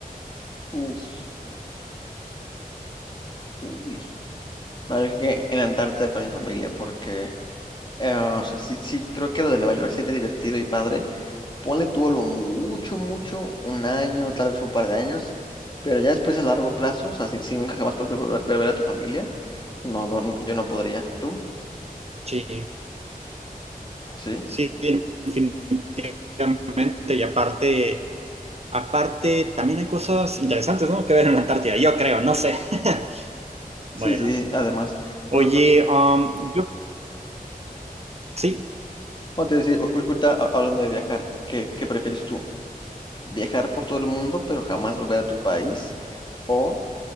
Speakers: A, on the left; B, on the right.
A: Uf, uy. No, yo creo que en la Antártida con mi familia, porque, eh, o sea, sí, sí, creo que lo de Nueva York sería divertido y padre. Ponle tú a lo mucho, mucho, un año, tal vez un par de años, pero ya después a largo plazo, o sea, si, si nunca jamás puedes vol- volver a ver a tu familia, no, no, no, yo no podría. ¿Tú?
B: Sí,
A: Sí,
B: sí, definitivamente. Y aparte, aparte, también hay cosas interesantes, ¿no? Que ver en la Antártida, yo creo, no sé. <laughs> bueno,
A: sí, sí, además.
B: oye,
A: o- o-
B: um, yo sí
A: o te decía, o- o- ahorita a- hablando de viajar, ¿qué, qué prefieres tú? ¿Viajar por todo el mundo, pero jamás volver a tu país? ¿O